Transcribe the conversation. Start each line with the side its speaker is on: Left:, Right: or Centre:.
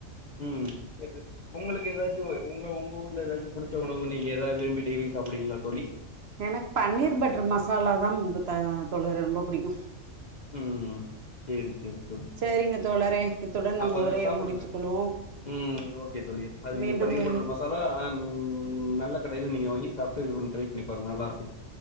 Left: ம் சரி உங்களுக்கு ஏதாச்சும் உங்க உங்க ஊர்ல ஏதாச்சும் புடிச்ச உணவு நீ நீங்க எதாவது விரும்பி டெய்லி சாப்பீடுவிங்களா தோழி
Right: எனக்கு பன்னீர் பட்டர் மசாலா தான் தோழரே ரொம்ப பிடிக்கும்
Left: ம் சரி சரி தோழி
Right: சேரிங்க தோழரே இத்துடன் நம்ம
Left: அப்ப
Right: உரைய
Left: சாப்பிடுங்க
Right: முடித்து கொள்வோம்
Left: ம் ஓகே தோழி அது நீங்க
Right: மீண்டும்
Left: பன்னீர் மட்டர் மசாலா ம் ம் நல்ல கடையில் நீங்கள் வாங்கி சாப்பிட்டு இது பண்ணி ட்ரை பண்ணிப்பருங்க நல்லாயிருக்கும்